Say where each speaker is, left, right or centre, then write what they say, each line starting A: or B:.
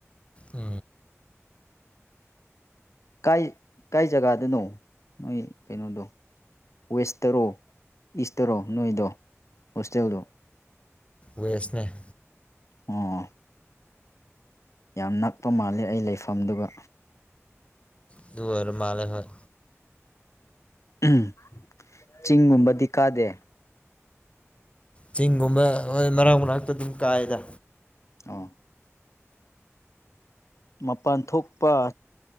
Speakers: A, on the left; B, on the left.
A: ꯑ
B: ꯀꯥꯏ ꯀꯥꯏ ꯖꯒꯥꯗꯅꯣ ꯅꯣꯏ ꯀꯩꯅꯣꯗꯣ ꯋꯦꯁꯇꯔꯣ ꯏꯁꯇꯔꯣ ꯅꯣꯏꯗꯣ ꯍꯣꯁꯇꯦꯜꯗꯣ
A: ꯋꯦꯁꯅꯦ
B: ꯑꯣ ꯌꯥꯝ ꯅꯛꯄ ꯃꯥꯜꯂꯦ ꯑꯩ ꯂꯩꯐꯝꯗꯨꯒ
A: ꯑꯗꯨ ꯑꯣꯏꯔ ꯃꯥꯂꯦ ꯍꯣꯏ
B: ꯎꯝ ꯆꯤꯡꯒꯨꯝꯕꯗꯤ ꯀꯥꯗꯦ
A: ꯆꯤꯡꯒꯨꯝꯕ ꯍꯣꯏ ꯃꯅꯥꯛ ꯃꯅꯥꯛꯇ ꯑꯗꯨꯝ ꯀꯥꯏꯗ
B: ꯑ ꯃꯄꯥꯟ ꯊꯣꯛꯄ